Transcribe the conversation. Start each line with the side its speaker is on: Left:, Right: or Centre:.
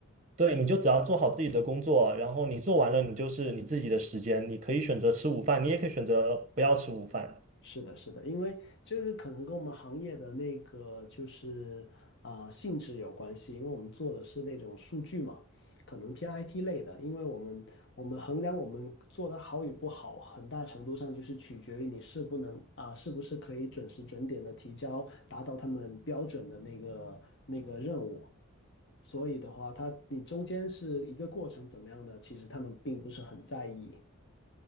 Right: 对，你就只要做好自己的工作，然后你做完了，你就是你自己的时间，你可以选择吃午饭，你也可以选择不要吃午饭。
Left: 是的，是的，因为这个可能跟我们行业的那个就是啊、呃性质有关系，因为我们做的是那种数据嘛，可能偏 IT 类的，因为我们我们衡量我们做的好与不好，很大程度上就是取决于你是不能啊、是不是可以准时准点的提交，达到他们标准的那个那个任务。所以的话，它你中间是一个过程怎么样的，其实他们并不是很在意。